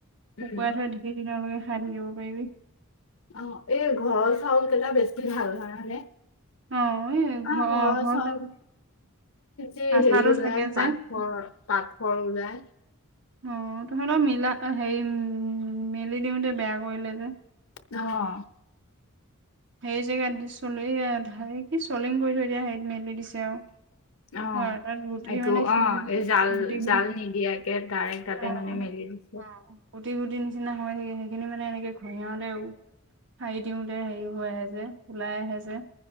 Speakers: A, on the left (about 70°); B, on the right (about 55°).
A: উম
B: শুকুৱাই তই ধেই দিনৰলেকে খাই থাকিব পাৰিবি।
A: অঁ, এই ঘৰৰ চাউল কেইটা বেছি ভাল জানা নে?
B: অ এই ঘৰ
A: অঁ
B: অ
A: ঘৰৰ
B: ঘৰ
A: চাউল- যি
B: আঠাটো
A: হেৰি ওলায়,
B: থাকে যে
A: পাথৰ,
B: অ
A: পাথৰ ওলায়।
B: অঁ, তহঁতৰ মিলা হেৰি, মেলি দিওঁতে বেয়া কৰিলে যে।
A: অঁ'
B: সেই জেগাত চলেয়া কি চলিং কৰি থৈ দিয়া হেৰিত মেলি দিছে আৰু।
A: অঁ'
B: হয় তাত গুটি
A: এইটো
B: মানে শিল
A: অঁ'
B: গুটি
A: এই জাল
B: গুটি
A: জাল নিদিয়া- কে তাই তাতে
B: অ
A: মানে মেলি দিছে।
B: অ গুটি গুটি নিচিনা হৈ থাকে সেইখিনি মানে এনেকে ঘহিয়াওতেও- সাৰী দিওঁতে হেৰি হৈ আহে যে ওলাই আহে যে